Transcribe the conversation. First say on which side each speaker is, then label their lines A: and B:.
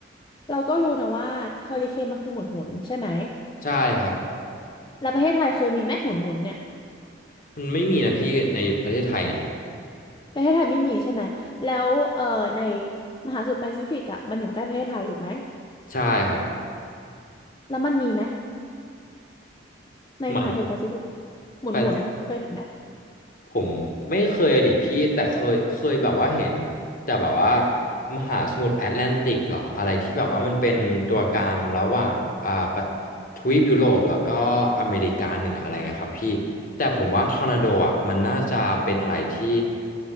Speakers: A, on the left; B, on the left.
A: เราก็รู้นะว่าเฮอริเคนมันคือหมุนหมุนใช่ไหม
B: ใช่ครับ
A: แล้วประเทศไทยเคยมีไหมหมุนหมุนเนี่ย
B: มันไม่มีนะพี่ในประเทศไทยเนี่ย
A: ประเทศไทยไม่มีใช่ไหมแล้วเออในมหาสมุทรแปซิฟิกอ่ะมันอยู่ใกล้ประเทศไทยถูกไหม
B: ใช่ครับ
A: แล้วมันมีไหมในมหาสมุทรแปซิฟิกอะหมุนหมุนเคยเห็น
B: หมายถึง ผมไม่เคยอะดิพี่แต่เคยเคยแบบว่าเห็นแต่แบบว่ามหาสมุทรแอตแลนติกเหรออะไรที่แบบว่ามันเป็นตัวกลางระหว่างอ่าประทวีปยุโรปแล้วก็อเมริกาเหนืออะไรเงี้ยครับพี่แต่ผมว่าทอร์นาโดอ่ะมันน่าจะเป็นอะไรที่